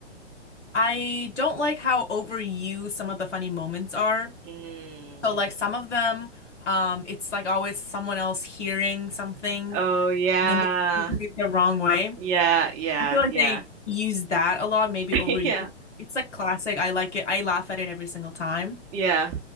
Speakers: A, on the left; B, on the right.
A: I don't like how overused some of the funny moments are.
B: Mm.
A: So like some of them, um, it's like always someone else hearing something,
B: Oh yeah.
A: then they <laughs> do it the wrong way.
B: Yeah, yeah,
A: I feel like
B: yeah.
A: they use that a lot, maybe
B: <laughs>
A: overuse.
B: Yeah.
A: It's like classic. I like it. I laugh at it every single time.
B: Yeah,